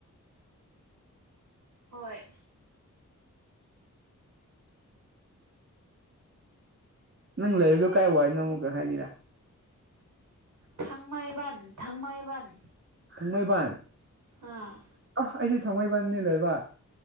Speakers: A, on the right; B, on the right.
A: ꯍꯣꯏ
B: ꯅꯪ ꯂꯩꯔꯤꯗꯨꯣ ꯀꯥꯏ ꯋꯥꯏ ꯅꯣ ꯑꯃꯨꯛꯀ ꯍꯥꯏꯒꯦꯔꯥ
A: ꯊꯥꯡꯃꯩꯕꯟ ꯊꯥꯡꯃꯩꯕꯟ
B: ꯊꯥꯡꯃꯩꯕꯟ
A: ꯑꯥ
B: ꯑꯣ ꯑꯩꯁꯨ ꯊꯥꯡꯃꯩꯕꯟꯅꯤ ꯂꯩꯕ